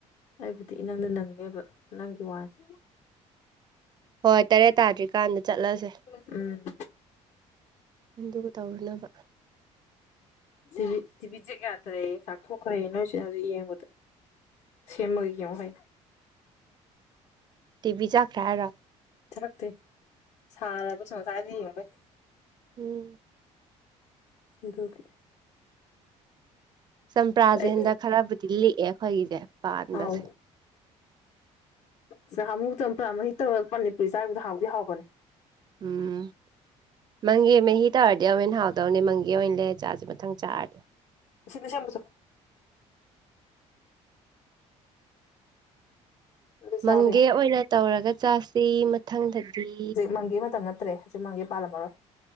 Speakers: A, on the left; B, on the right.
A: ꯑꯩꯕꯨꯗꯤ ꯏꯅꯪꯗ ꯅꯪꯅꯤꯕ ꯅꯪꯒꯤ ꯋꯥꯅꯤ
B: ꯍꯣꯏ ꯇꯔꯦꯠ ꯇꯥꯗ꯭ꯔꯤꯀꯥꯟꯗ ꯆꯠꯂꯁꯦ
A: ꯎꯝ
B: ꯑꯗꯨꯒ ꯇꯧꯔꯨꯅꯕ
A: ꯇꯤꯕꯤ ꯇꯤꯕꯤꯖꯦꯛ ꯌꯥꯗ꯭ꯔꯦꯌꯦ ꯆꯥꯛꯊꯣꯛꯈ꯭ꯔꯦ ꯅꯣꯏꯆꯦꯅ ꯍꯧꯖꯤꯛ ꯌꯦꯡꯕꯗ ꯁꯦꯝꯃꯒ ꯌꯦꯡꯉꯣ
B: ꯇꯤꯚꯤ ꯆꯥꯛꯈ꯭ꯔꯦ ꯍꯥꯏꯔꯣ
A: ꯆꯥꯛꯇꯦ ꯁꯥꯔꯕ <unintelligible>
B: ꯎꯝ
A: ꯑꯗꯨꯒꯤ
B: ꯆꯝꯄꯔꯥꯁꯦ
A: ꯑꯩ
B: ꯍꯟꯗꯛ ꯈꯔꯕꯨꯗꯤ ꯂꯤꯛꯑꯦ ꯑꯩꯈꯣꯏꯒꯤꯁꯦ ꯄꯥꯟꯕꯁꯦ
A: ꯑꯥꯎ ꯉꯍꯥꯟꯃꯨꯛ ꯆꯝꯄꯔꯥ ꯃꯍꯤ ꯇꯧꯔꯒ ꯄꯥꯅꯤꯄꯨꯔꯤ ꯆꯥꯒꯤꯕꯗꯣ ꯍꯥꯎꯗꯤ ꯍꯥꯎꯕꯅꯤ
B: ꯎꯝ ꯃꯪꯒꯦ ꯃꯤ ꯇꯥꯔꯗꯤ ꯑꯃꯨꯛ ꯍꯦꯟꯅ ꯍꯥꯎ ꯑꯗꯧꯅꯦ ꯃꯪꯒꯦ ꯑꯣꯏꯅ ꯂꯩꯔ ꯆꯥꯁꯦ ꯃꯊꯪ ꯆꯥꯔꯗꯤ
A: ꯑꯁꯤ ꯁꯦꯝꯃꯨꯆꯣ ꯑꯗꯨ ꯆꯥꯕ
B: ꯃꯪꯒꯦ
A: ꯌꯥꯏ
B: ꯑꯣꯏꯅ ꯇꯧꯔꯒ ꯆꯥꯁꯤ ꯃꯊꯪꯗꯗꯤ
A: ꯃꯪꯒꯤ ꯃꯇꯝ ꯅꯠꯇ꯭ꯔꯦ ꯍꯧꯖꯤꯛ ꯃꯪꯒꯤ ꯄꯥꯜꯂꯝꯃꯔꯣꯏ